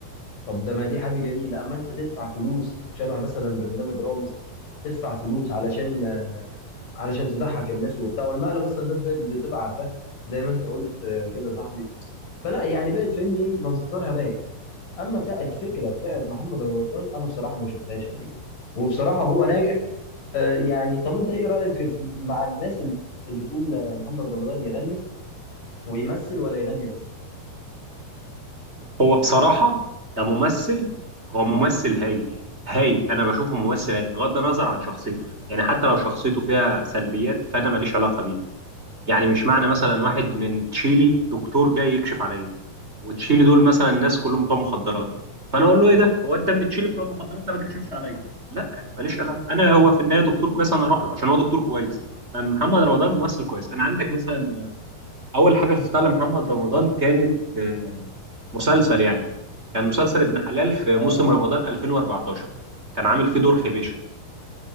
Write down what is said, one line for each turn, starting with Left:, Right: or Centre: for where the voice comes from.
Left: طب ده ما دي حاجه جميله اما انت تدفع فلوس شبه مثلا برنامج رامز تدفع فلوس علشان آه، علشان تضحك الناس وبتاع والمقلب اصلا الناس بقت بتبقى عارفاه زي ما انت قلت آه، كده صاحبي فلا يعني بقت فهمني إيه؟ منظرها باين اما بتاع الفكره بتاعت محمد رمضان انا بصراحه ما شفتهاش قبل كده وبصراحه هو ناجح آه يعني طب انت ايه رايك في- مع الناس اللي بتقول آه، محمد رمضان يغني ويمثل ولا يغني بس
Right: هو بصراحه كممثل هو ممثل هايل هايل انا بشوفه ممثل هايل بغض النظر عن شخصيته يعني حتى لو شخصيته فيها سلبيات فانا ماليش علاقه بيه يعني مش معنى مثلا واحد من تشيلي دكتور جاي يكشف عليا وتشيلي دول مثلا الناس كلهم بتوع مخدرات فانا اقول له ايه ده هو انت من تشيلي بتوع المخدرات لا ما تكشفش عليا لا ماليش علاقه انا هو في النهايه دكتور كويس انا اروح له عشان هو دكتور كويس محمد رمضان ممثل كويس انا عندك مثلا اول حاجه شفتها لمحمد رمضان كانت آه، مسلسل يعني كان مسلسل ابن حلال في موسم
Left: اه
Right: رمضان 2014 كان عامل فيه دور حبيشه